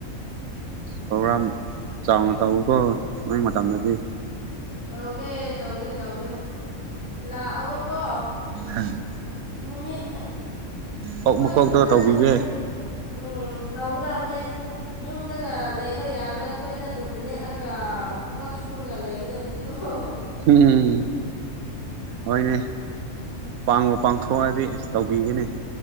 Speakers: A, on the right; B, on the left.
A: ꯄ꯭ꯔꯣꯒ꯭ꯔꯥꯝ ꯆꯥꯎꯅ ꯇꯧꯋꯤꯀꯣ ꯅꯣꯏ ꯃꯇꯝꯗꯗꯤ
B: ꯇꯧꯒꯦ ꯇꯧꯒꯦ ꯇꯧꯒꯦ ꯂꯥꯛꯑꯣꯀꯣ
A: ꯎꯝ
B: ꯅꯨꯃꯤꯠ
A: ꯃꯀꯣꯛ
B: ꯑꯩꯈꯣꯏ
A: ꯃꯀꯣꯛꯇꯣ
B: ꯌꯨꯝꯗ
A: ꯇꯧꯕꯤꯒꯦ
B: ꯅꯨꯃꯤꯠ ꯎꯝ ꯇꯧꯒꯗꯅꯦꯃꯦ ꯌꯨꯝꯗꯒ ꯂꯩꯕ ꯌꯥꯔꯣꯏ ꯑꯩꯈꯣꯏꯗ ꯑꯗꯨꯝ ꯂꯦꯛꯑꯒ ꯊꯕꯛ ꯁꯨꯔꯒ ꯂꯩꯒꯗꯕꯅꯤ ꯑꯣ
A: ꯎꯝꯝ ꯍꯣꯏꯅꯦ ꯄꯥꯡꯕ ꯄꯥꯡꯊꯣꯛꯑꯗꯤ ꯑꯁ ꯇꯧꯕꯤꯒꯅꯤ